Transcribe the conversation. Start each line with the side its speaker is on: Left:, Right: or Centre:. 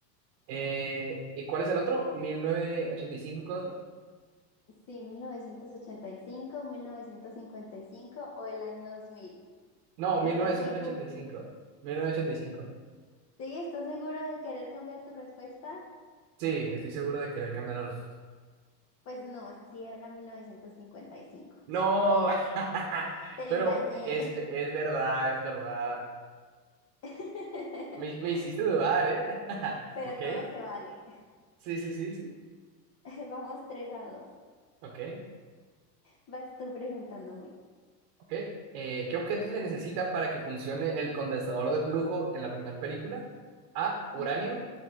Right: Eh, ¿y cuál es el otro? mil novecientos ochenta y cinco ¿Cuál otro?
Left: Sí, mil mil novecientos novecientos ochenta y cinco mil novecientos cincuenta y cinco o el año dos mil
Right: No, mil
Left: ¿Estás
Right: mil novecientos
Left: seguro?
Right: novecientos ochenta ochenta y cinco, mil novecientos ochenta y cinco,
Left: Sí, ¿estás seguro de querer cambiar tu respuesta?
Right: Sí, estoy seguro de que le voy a la respuesta.
Left: Pues no, sí era mil novecientos cincuenta y cinco
Right: No, <laughs>
Left: Te
Right: pero
Left: engañé.
Right: es, es verdad, es verdad.
Left: <laughs>
Right: Me, me hiciste dudar, ¿eh? <laughs>
Left: Pero
Right: Ok.
Left: todo se vale.
Right: Sí, sí, sí, sí.
Left: <laughs> Vamos 3 a dos
Right: Ok,
Left: Vas tú preguntándome.
Right: ok. Eh, ¿qué objeto se necesita para que funcione el condensador de flujo en la primera película? A, uranio.
Left: Ujú.